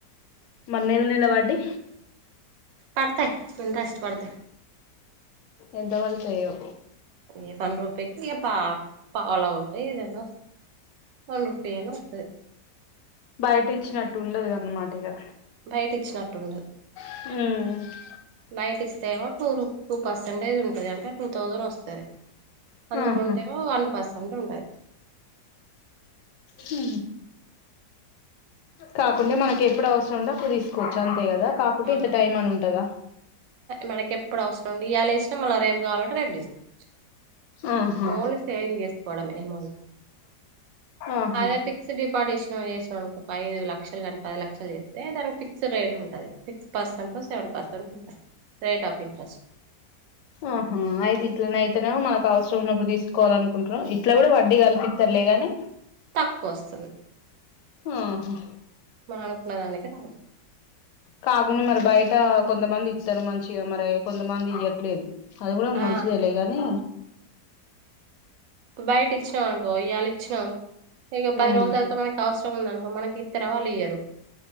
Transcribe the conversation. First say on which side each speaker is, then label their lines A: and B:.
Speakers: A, on the left; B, on the right.
A: మరీ నెల నెల వడ్డి
B: పడతాయి ఇంట్రెస్ట్ పడతయి
A: ఎంతా పడా తయో
B: ఇగ వన్ రూపికి ఇగ పా పావాల వడ్డీ ఏదైనా వాస్ వన్ రూపి ఏనా వత్తది
A: బయట ఇచ్చినట్టు ఉండదు అన్నమాట ఇగా
B: బయట ఇచ్చినట్టు ఉండదు
A: హ్
B: బయట ఇస్తే ఏమో టూ టూ పర్సంటేజ్ ఉంటది అంటే టూ థౌజండ్ వస్తది. అందులో
A: ఆహా
B: ఉంటే ఏమో వన్ పర్స్సెంట్ ఉంటది
A: హ్ కాకుంటే మనకి ఎప్పుడు అవసరం ఉంటె అప్పుడు తీసుకోవచ్చు. అంతే గాదా కాకుంటే
B: ఆ ఆహా
A: ఇంత టైం అని ఉంటద
B: మనకి ఎప్పుడు అవసరం ఉండి ఇయల ఏసినా మళ్ళ రేపు కావాలంటే రేపు తీసుకోవచ్చు
A: ఆహా
B: ఓన్లీ సేవింగ్ చేసుకోవడమే ఏమౌంట్
A: ఆహా
B: అదే ఫిక్స్డ్ డిపాజిట్ చేసినవు చేసినవు అనుకో ఒక ఐదు లక్షలు కానీ పది లక్షలు చెత్తే దానికి ఫిక్స్డ్ రేట్ ఉంటది సిక్స్ పర్సెంటో సెవెన్ పర్సెంటో ఉంటది రేట్ ఆఫ్ ఇంట్రెస్ట్
A: ఆహా ఆయితే ఇట్లనే ఇతను మనకు అవసరం ఉన్నప్పుడు తీసుకోవాల అనుకుంటున్నాం ఇట్లా కూడా వడ్డీ కల్పితారులే గాని
B: తక్కువ వస్తది
A: ఆహా
B: మనం అనుకున్న దానికి రాదు
A: కాకుండా మరి బయట కొంతమంది ఇస్తారు మంచిగా మరి కొంతమంది ఇయట్లేదు. అది కూడా
B: ఆ
A: మంచిదే లె గానీ
B: బయట ఇచ్చినాం అనుకో ఇయాళ ఇచ్చినాం ఇక పది
A: ఉమ్
B: రోజుల తర్వాత మనకు అవసరం ఉందనుకో మనకి ఇత్తర వాళ్ళు ఇయ్యరు.